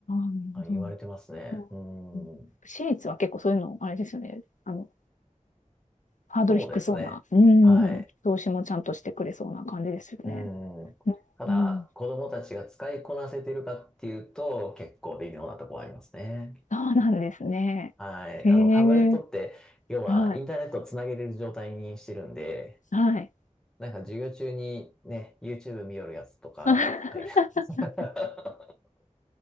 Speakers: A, on the left; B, in the centre.
A: あ、なる
B: はい言われてますね。
A: ほど。
B: う
A: うん私立は結構そういうの、
B: ん。
A: あれですよね。あの、ハードル低そうな、
B: そうですね。
A: うん、
B: はい。
A: 投資もちゃんとしてくれそうな感じですよね。
B: うん。ただ、
A: うん、
B: 子供たちが使いこなせてるかっていうと、結構微妙なところありますね。
A: そうなんですね。
B: はい。
A: ええ
B: あの、タブレットって、要はインターネットをつなげれる状態にしてるんで、
A: はい、はい。
B: なんか授業中にね、YouTube 見よるやつとかがいる。
A: <laughs>
B: <laughs>